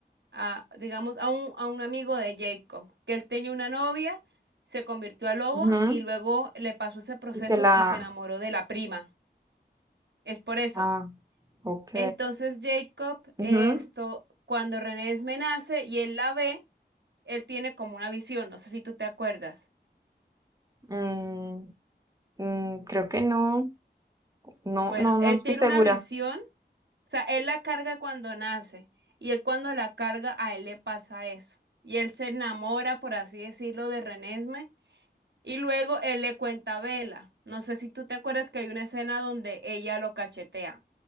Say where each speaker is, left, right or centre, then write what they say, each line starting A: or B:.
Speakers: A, on the right; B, on the right.
A: a, digamos, a un, a un amigo de Jacob, que él tenía una novia, se convirtió a lobo
B: ujú,
A: y luego le pasó ese proceso
B: Y que la,
A: y se enamoró de la prima. Es por eso.
B: ah, ok,
A: Entonces, Jacob,
B: ujú,
A: esto, cuando Renesmee nace y él la ve, él tiene como una visión, no sé si tú te acuerdas.
B: mm, mm, creo que no, no,
A: Bueno,
B: no, no
A: él
B: estoy
A: tiene
B: segura.
A: una visión O sea, él la carga cuando nace y él cuando la carga a él le pasa eso. Y él se enamora, por así decirlo, de Renesme y luego él le cuenta a Vela. No sé si tú te acuerdas que hay una escena donde ella lo cachetea.